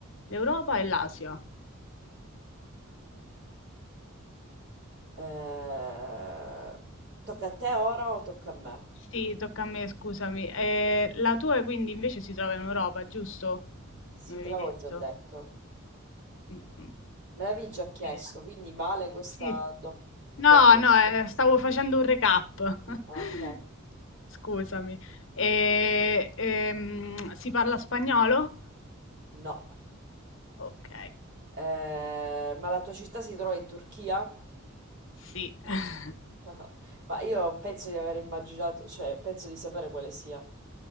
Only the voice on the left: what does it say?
l'Europa e l'Asia.
Sì, tocca a me, scusami. Eh, la tua quindi invece si trova in Europa, giusto?
Mi avevi
detto.
Mm, mm.
Eh,
sì.
No,
no, eh, stavo facendo un recap. <laughs>
Scusami. E, ehm, si parla spagnolo?
Ok,
sì. <laughs>